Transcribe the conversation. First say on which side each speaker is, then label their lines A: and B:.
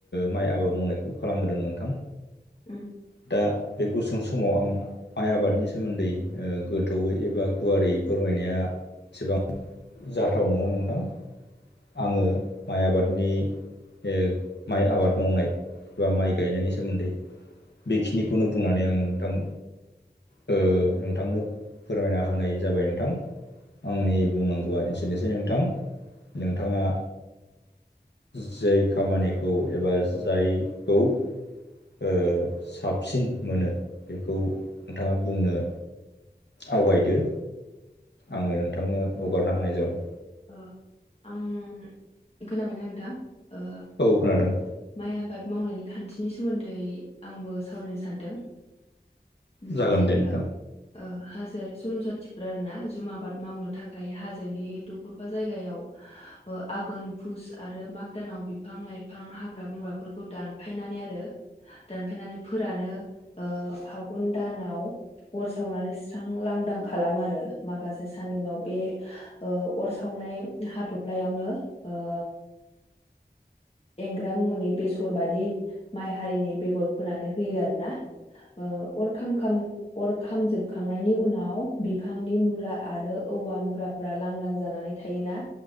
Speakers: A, on the left (about 85°); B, on the left (about 35°).
A: माइ आबाद मावनायखौ खालामबोदों नोंथां
B: उम
A: दा बे गुसुं समाव आं माइ आबादनि सोमोन्दै गोथौयै एबा गुवारै फोरमायनाया एसेबां जाथाव नङा नोंथां आङो माइ आबादनि ओ माइ आबाद मावनाय बा माइ गायनायनि सोमोन्दै बेखिनिखौनो बुंनानै आं नोंथां ओ नोंथांनो फोरमायना होनाय जाबाय नोंथां आंनि बुंनांगौआ एसेनोसै नोंथां नोंथाङा जै खामानिखौ एबा जायखौ ओ साबसिन मोनो बेखौ नोंथाङा बुंनो आवगायदो
B: उम
A: आङो नोंथांनो हगारनो हानाय जाबाय
B: ओ आं खोनाबायना नोंथां ओ
A: औ खोनादों
B: माइ आबाद मावनायनि खान्थिनि सोमोन्दै आंबो सावरायनो सानदों उम
A: जागोन
B: जेनेबा
A: दे नोंथां
B: ओ हाजोआरि जन'जातिफोरा आरो ना जुम आबाद मावनो थाखाय हाजोनि दखर बा जायगायाव आघोन फुस आरो माग दानाव बिफां लाइफां हाग्रा बंग्राफोरखौ दान फायनानै आरो दानफायनानै फोरानो ओ फागुन दानाव अर सावनानै सस्रां लांदां खालामो आरो माखासे साननि उनाव बे ओ अर सावनाय हाथ्लायावनो ओ एंग्रा मुनि बेसर बादि माइ हारिनि बेगर फोनानै होयो आरो ना ओ अर खामखाम अर खामजोबखांनायनि उनाव बिफांनि मुरा आरो औवा मुरा फोरा लांदां जानानै थायोना